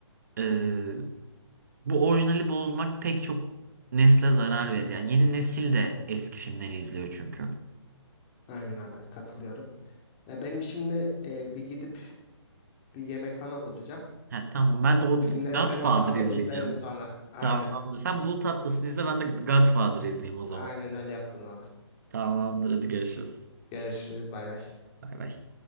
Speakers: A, on the right; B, on the left.
A: e, bu orijinali bozmak pek çok nesle zarar verir. Yani yeni nesil de eski filmleri izliyor çünkü.
B: Aynen abi katılıyorum. Ya benim şimdi e, bir gidip bir yemek falan hazırlayacağım.
A: Ha, tamam ben de o
B: Filmleri
A: Godfather
B: de not aldım
A: izleyeceğim.
B: izlerim sonra. Aynen.
A: Tamamdır. Sen Bulut Atlas'ını izle ben de Godfather izleyeyim o zaman.
B: Aynen öyle yapalım abi.
A: Tamamdır hadi görüşürüz.
B: Görüşürüz bay bay.
A: Bay bay.